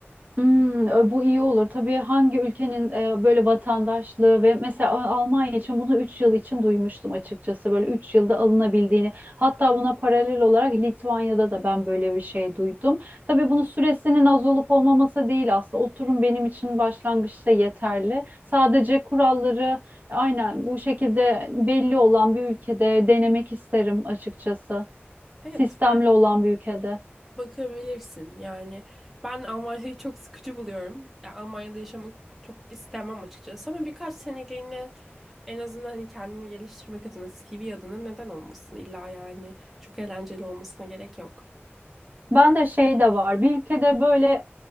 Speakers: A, on the right (about 40°); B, in the centre.
A: Hmm, e, bu iyi olur. Tabii hangi ülkenin e, böyle vatandaşlığı ve mesela Al- Almanya için bunu 3 yıl için duymuştum açıkçası. Böyle 3 yılda alınabildiğini. Hatta buna paralel olarak Litvanya'da da ben böyle bir şey duydum. Tabii bunun süresinin az olup olmaması değil aslında. Oturum benim için başlangıçta yeterli. Sadece kuralları aynen bu şekilde belli olan bir ülkede denemek isterim açıkçası.
B: Evet,
A: Sistemli
B: ben
A: olan bir ülkede.
B: Bakabilirsin yani ben Almanya'yı çok sıkıcı buluyorum. Ya Almanya'da yaşamak çok istemem açıkçası ama birkaç seneliğine en azından hani kendini geliştirmek adına CV adına neden olmasın? İlla yani çok eğlenceli olmasına gerek yok.
A: Ben de şey de var. Bir ülkede böyle e,